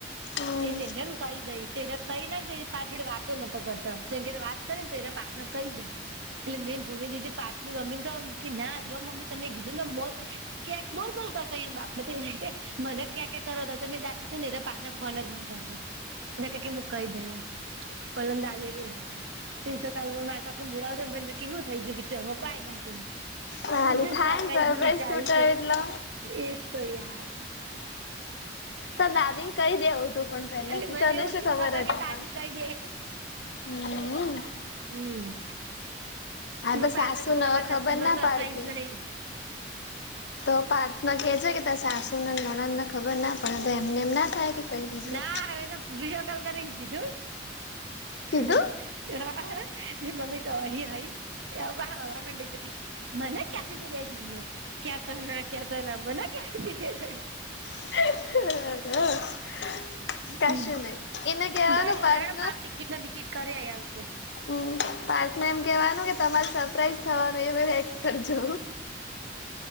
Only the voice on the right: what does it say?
એટલેેને કહી દઈ કઈ નાને પાછ જોડે વાતો નતો કરતો જેમ કે વાત કરી ને તો એરા પ્રાર્થના કરી ગઈ એટલે મેન ભૂમ દીધી પાારથની મમ્મીને તોમ ના જો મમ્મી તમે કીધું ને બોત ક્યાંક બોલ બોલ કરતા હોય ને બાપડે થને મને ક્યાં ક કરોતો હતો મેં દ ને પાછને ફોન જ ના કરતો. ના ક કેમુક કહી દઈ પલંદાડી કહી દ તો તો કાલે મે મારતા ઘૂમડાવ મને કેવું થઈ ગું કે ત કઈ ના કેું
હુંજ
સરપ્રાઈઝ
નું વિચાર્યું
હત
એજ તો યાર
એટલે
મને
એવું
કે દાદી કહી
હમ
હું
પાર્થના કીધું
તમાર
નસીબમાં
સરપ્રાઈઝ
નહી.
ના એ તો વિડીયો કોલ કરીને કીધું.
હા મમ્મી તો હ હ વા મમાંડ છે કે મને ક્યાંથીથીી બે જોડ્યું ક્યા ત ના ક્યા ત ના મને ક્યા બે જોડી
હમ્મ
કઈ નઈ
હવે હેડો પાંચ ટિકિટ ના બિકિટ કરી આલ છે.